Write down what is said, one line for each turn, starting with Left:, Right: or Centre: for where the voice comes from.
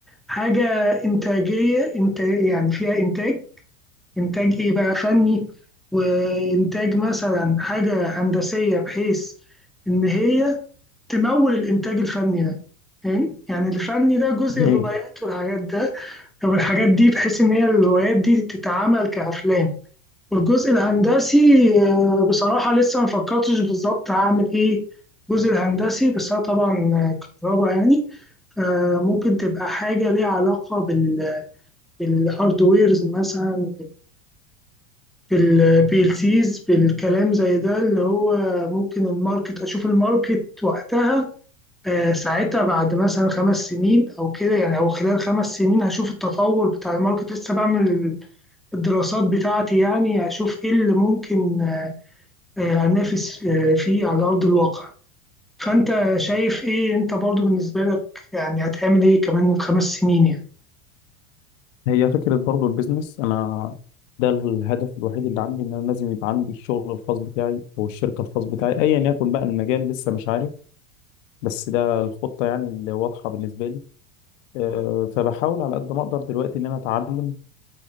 Centre: حاجة إنتاجية إنت يعني فيها إنتاج إنتاج إيه بقى فني وإنتاج مثلا حاجة هندسية بحيث إن هي تمول الإنتاج الفني ده فاهم؟ يعني الفني ده جزء
Left: جميل
Centre: الروايات والحاجات ده طب الحاجات دي بحيث ان هي الروايات دي تتعمل كافلام والجزء الهندسي آه، بصراحه لسه ما فكرتش بالظبط هعمل ايه الجزء الهندسي بس انا طبعا كهرباء يعني آه، ممكن تبقى حاجه ليها علاقه بال بالهاردويرز مثلا بالبي ال سيز بالكلام زي ده اللي هو ممكن الماركت اشوف الماركت وقتها آه، ساعتها بعد مثلا خمس سنين او كده يعني او خلال خمس سنين هشوف التطور بتاع الماركت لسه بعمل الدراسات بتاعتي يعني أشوف إيه اللي ممكن آه، أنافس آه، فيه على أرض الواقع فأنت شايف إيه أنت برضو بالنسبة لك يعني هتعمل إيه كمان من خمس سنين يعني
Left: هي فكرة برضو البيزنس أنا ده الهدف الوحيد اللي عندي إن أنا لازم يبقى عندي الشغل الخاص بتاعي أو الشركة الخاص بتاعي أيا يكن بقى المجال لسه مش عارف بس ده الخطة يعني اللي واضحة بالنسبة لي آه، فبحاول على قد ما اقدر دلوقتي ان انا اتعلم